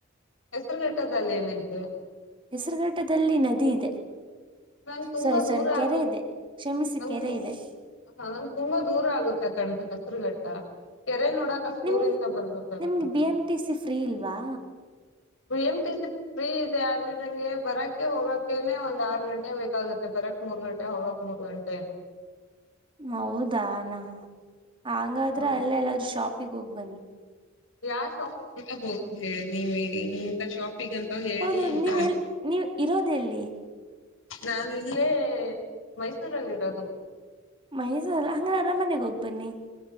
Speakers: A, on the left (about 65°); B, on the right (about 25°).
A: ಹೆಸರ ಟ್ಟದಲ್ಲ ಏನೈತಿ
B: ಹೆಸರುಘಟ್ಟದಲ್ಲಿ ನದಿ ಇದೆ
A: ನಮ್ ತುಂಬಾ
B: ಸಾರಿ ಸಾರಿ
A: ದೂರ
B: ಕೆರೆ
A: ಆಗುತ್ತೆ
B: ಇದೆ ಕ್ಷಮಿಸಿ
A: ನಮ್
B: ಕೆರೆ ಇದೆ
A: ಹ ನಮ್ ತುಂಬಾ ದೂರ ಆಗುತ್ತೆ ಕಂಡ್ರೆ ಹೆಸರುಘಡ ಹಾ ಕೆರೆ ನೋಡಕ ಅಷ್ಟು ನೀವು
B: ನಿಮ್
A: ದೂರದಿಂದ ಬರಬೇಕು
B: ನಿಮ್ಗೆ
A: ನಾನ್ನು
B: ಬಿ ಎಂ ಟಿ ಸಿ ಫ್ರೀ ಇಲ್ವಾ
A: B M T C free ಇದೆ ಆದ್ರೆ ನಂಗೆ ಬರಕ್ಕೆ ಹೋಗಕ್ಕೆ ಒಂದ್ ಆರ್ ಗಂಟೆ ಬೇಕಾಗುತ್ತೆ ಬರಕ್ ಮೂರ್ ಗಂಟೆ ಹೋಗಕ್ ಮೂರ್ ಗಂಟೆ
B: ಮೌದಾ ನ ಹಂಗಾದ್ರ
A: ಹ್ಮ್
B: ಅಲ್ಲೇ ಎಲ್ಲಾದ್ರೂ ಶಾಪ್ ಪ್ಪಿಗ ಹೋಗ್ ಬನ್ನಿ
A: ಯಾ ಸ್ಯಾಪ್ವಿತ್ ಬೊಲ್ ಝಡ ನೀ ಮೇ ನೀಂತ ಶಾಪ್ ಪ್ಪ ಈಗಂತ ಹೇಳಿ
B: ಹೌದು
A: ಇಂತ
B: ನೀವ್ ಎಲ್ ನೀವ್ ಇರೋದೆಲ್ಲಿ
A: ನಾನ ಇಲ್ಲೇ ಮೈಸೂರಲ್ಲಿ ಇರೋದು
B: ಮೈಸೂ ಅಲ್ಲ ಹಂಗ ಅರಾಮನೆಗ ಹೋಗ್ ಬನ್ನಿ